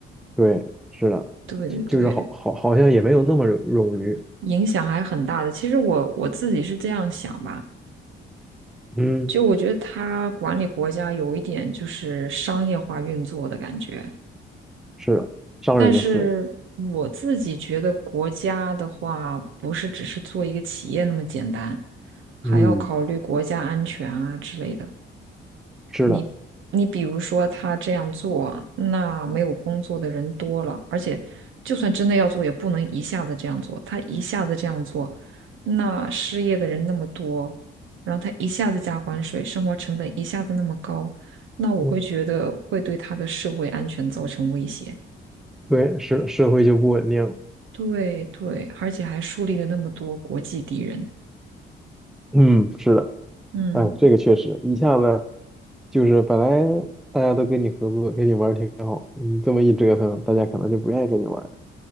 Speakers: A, in the centre; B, on the right.
A: 对，是的，
B: 对对对，
A: 就是好好好像也没有那么冗余。
B: 影响还很大的。其实我我自己是这样想吧，
A: 嗯，
B: 就我觉得他管理国家有一点就是商业化运作的感觉。
A: 是的，商人的思维。
B: 但是我自己觉得，国家的话不是只是做一个企业那么简单，还要考虑国家安全啊之类的。
A: 嗯，是的，
B: 你你比如说，他这样做啊，那没有工作的人多了，而且就算真的要做，也不能一下子这样做。他一下子这样做，那失业的人那么多，然后他一下子加关税，生活成本一下子那么高，那我会觉得会对他的社会安全造成威胁。
A: 嗯对，社社会就不稳定。
B: 对对，而且还树立了那么多国际敌人。
A: 嗯，是的。
B: 嗯，
A: 哎，这个确实一下子就是本来大家都跟你合作，跟你玩儿挺好，你这么一折腾，大家可能就不愿意跟你玩儿